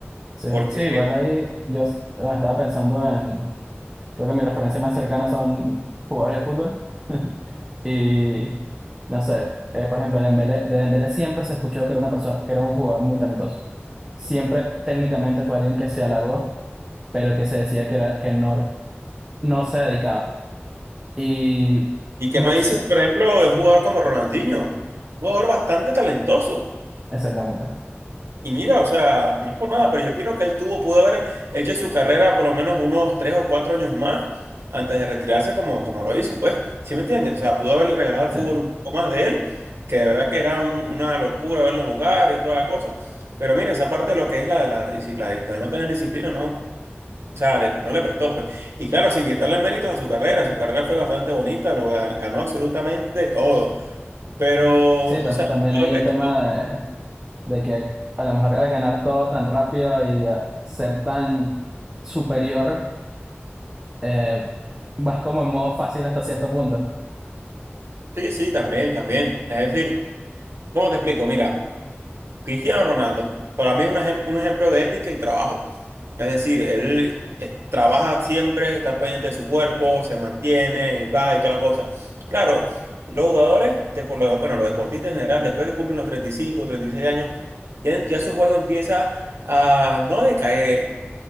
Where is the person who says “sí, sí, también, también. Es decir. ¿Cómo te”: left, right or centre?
Right